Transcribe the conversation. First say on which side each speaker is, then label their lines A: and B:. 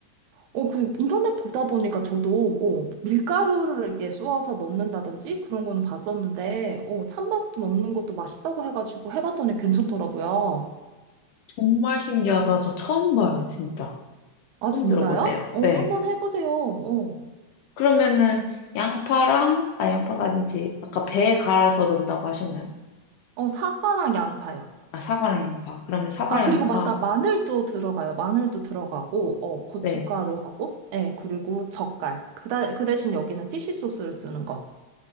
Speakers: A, on the right; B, on the left.
A: 어, 그 인터넷 보다 보니까 저도, 어, 밀가루를 이렇게 쑤어서 넣는다든지 그런 거는 봤었는데, 어, 찬밥도 넣는 것도 맛있다고 해가지고 해봤더니 괜찮더라고요.
B: 정말 신기하다. 저 처음 봐요, 진짜.
A: 아,
B: 처음
A: 진짜요?
B: 들어보네요.
A: 어,
B: 네.
A: 한번 해보세요. 어,
B: 그러면은, 양파랑, 아, 양파가 아니지. 아까 배에 갈아서 넣는다고 하셨나요?
A: 어, 사과랑 양파요.
B: 아, 사과랑 양파. 그러면 사과,
A: 아,
B: 양파.
A: 그리고 맞다. 마늘도 들어가요. 마늘도 들어가고, 어, 고춧가루하고,
B: 네.
A: 예, 그리고 젓갈. 그, 다, 그 대신 여기는 피쉬 소스를 쓰는 거.